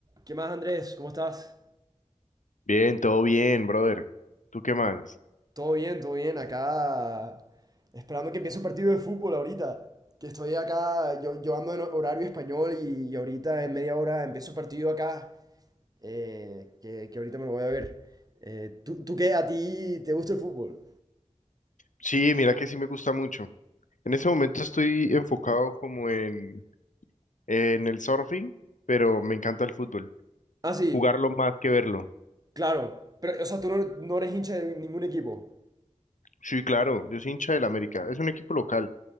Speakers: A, on the right; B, on the left.
A: ¿Qué más, Andrés? ¿Cómo estás?
B: Bien, todo bien, brother. ¿Tú qué más?
A: Todo bien, todo bien. Acá esperando que empiece un partido de fútbol ahorita. Que estoy acá, yo, yo ando en horario español y, y ahorita en media hora empiezo un partido acá eh, que, que ahorita me lo voy a ver. Eh, ¿tú, tú qué? ¿A ti te gusta el fútbol?
B: Sí, mira que sí me gusta mucho. En ese momento estoy enfocado como en, en el surfing, pero me encanta el fútbol.
A: Ah, sí,
B: Jugarlo más que verlo.
A: claro. Pero, o sea, tú no, no eres hincha de ningún equipo.
B: Sí, claro, yo soy hincha del América. Es un equipo local